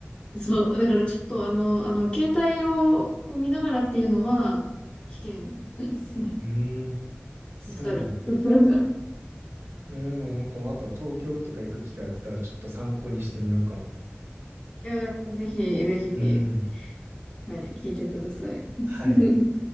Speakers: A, on the left; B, on the right.
A: そう、だからちょっとあの、あの、携帯をこう見ながらっていうのは、危険。<laughs>
B: うーん、そうなのね。
A: ぶつかる。<laughs>
B: えー、まあなんかまた東京とか行く機会あったらちょっと参考にしてみようかな。
A: いや、ぜひ、ぜひ、
B: うん。
A: はい、聞いてください。<laughs>
B: はい。